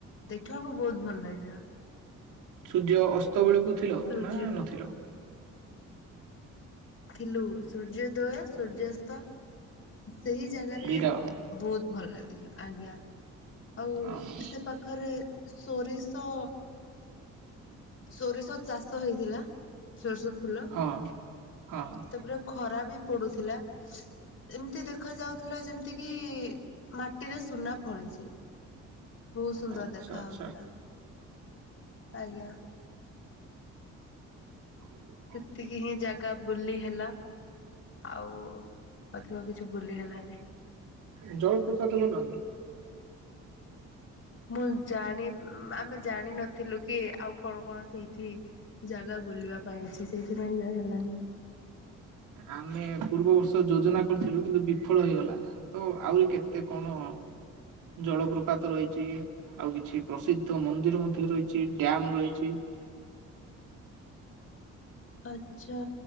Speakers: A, on the left (about 50°); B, on the right (about 80°).
A: ଦେଖିବାକୁ ବହୁତ ଭଲ ଲାଗିିବ।
B: ସୂର୍ଯ୍ୟ ଅସ୍ତ ବେଳକୁ ଥିଲ
A: ସୂର୍ଯ୍ୟ
B: ନା ନଥିଲ।
A: ଥିଲୁ। ସୂର୍ଯ୍ୟୋଦୟ, ସୂର୍ଯ୍ୟାସ୍ତ ସେଇ ଜା ଗାରେ
B: ଦିଟା
A: ବହୁତ ଭଲ ଲାଗିଥିଲା। ଆଜ୍ଞା, ଆଉ
B: ହଁ
A: ସେ ପାଖରେ ସୋରିଷ, ସୋରିଷ ଚାଷ ହେଇଥିଲା। ସୋରିଷ ଫୁଲ
B: ହଁ ହଁ ହ।
A: ତାପରେ ଖରା ବି ପଡୁଥିଲା। ଏମିତି ଦେଖା ଯାଉଥିଲା ଯେମିତି କିି ମାଟିରେ ସୁନା ଫଳିଛି। ବହୁତ ସୁନ୍ଦର
B: ଆଚ୍ଛା
A: ଦେଖା
B: ଆଚ୍ଛା
A: ହଉଥିଲା। ଆଜ୍ଞା।
B: ହ
A: ସେତିକି ହିଁ ଜାଗା ବୁଲି ହେଲା। ଆଉ ଅଧିକ କିଛି ବୁଲି ହେଲାନି।
B: ଏଁ ଜଳପ୍ରପାତ ଗଲ?
A: ମୁଁ ଜାଣି ଉମ ଆମେ ଜାଣିିନଥିଲୁ କି ଆଉ କଣ କଣ ସେଇଠି ଜାଗା ବୁଲିବା ପାଇଁ ଅଛି। ସେଇଥିପାଇଁ ଯାଇ ହେଲାନି।
B: ଆମେ ପୂର୍ବ ବର୍ଷ ଯୋଜନା କରିଥିଲୁ କିନ୍ତୁ ବିଫଳ ହେଇଗଲା। ତ ଆହୁରି କେତେ କଣ ଜଳପ୍ରପାତ ରହିଛି? ଆଉ କିଛି ପ୍ରସିଦ୍ଧ ମନ୍ଦିର ମଧ୍ୟ ରହିଛି, ଡ୍ୟାମ ରହିଛି।
A: ଆଚ୍ଛା।